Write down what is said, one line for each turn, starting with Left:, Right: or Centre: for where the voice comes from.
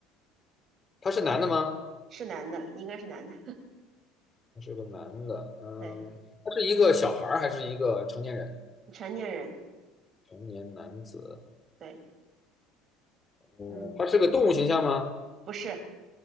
Left: 他是男的吗？
Right: 是男的，应该是男的，
Left: 他是个男的，
Right: <laughs>
Left: 嗯，
Right: 对，
Left: 他是一个小孩儿还是一个成年人？
Right: 成年人，
Left: 成年男子，
Right: 对，
Left: 嗯，
Right: 嗯，
Left: 他是个动物形象吗？
Right: 不是，